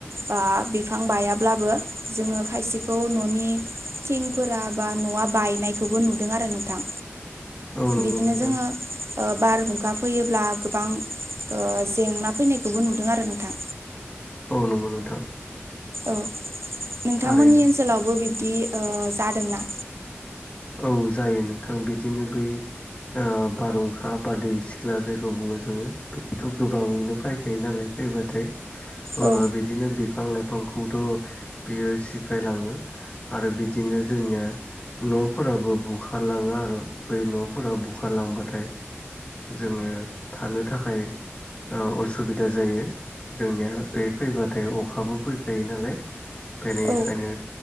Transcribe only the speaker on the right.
बा बिफां बायाब्लाबो जोङो खायसेखौ न'नि थिंफोरा बा न'आ बायनायखौबो नुदों आरो नोंथां।
बिदिनो
जोङो ओ बारहुंखा फैयोब्ला गोबां ओ जेंना फैनायखौबो नुदों आरो नोंथां।
औ नोंथांमोननि
ओनसोलावबो बिब्दि ओ जादोंना?
औ
औ